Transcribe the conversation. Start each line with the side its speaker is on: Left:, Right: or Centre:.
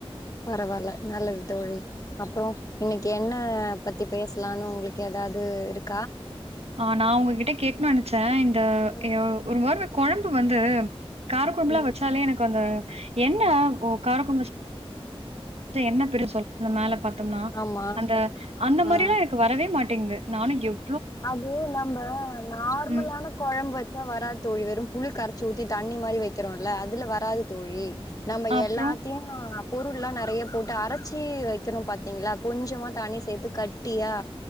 Left: பரவால்ல நல்லது தோழி அப்ரோ இன்னைக்கு என்ன பத்தி பேசலானு உங்களுக்கு தாது இருக்
Right: ஆ நா உங்ககிட்ட கேக்கணு நனச்ச இந்த
Left: ம்
Right: அ ஒரு முற குழம்பு வந்து காரக் குழம்புலா
Left: ம்
Right: வெச்சாலே எனக்கு அந்த எண்ண காரக்குழம்பு வெச் எண்ண பிரிஞ்சி மேல பாத்தோம்னா
Left: ஆமா
Right: அந்த அந்த
Left: ஆ
Right: மாதிரில்லா எனக்கு வரவே மாட் டெங்குது நானு கேவ்.
Left: அது நம்ப நார்மலான
Right: ம்.
Left: குழம்பு வச்சா வராத்தொழி வரும் புளி கர சூ ஊத்தி தண்ணி மாரி வைக்கிறோல அதுல வராது தோழி, நம்ம
Right: அப்புறம்
Left: எல்லாத்தையு பொருல்லா நறைய போட்டு அரச்சி வைக்குரோம் பா்த்தீங்ளா கொஞ்சமா தண்ணி சேத்து கட்டியா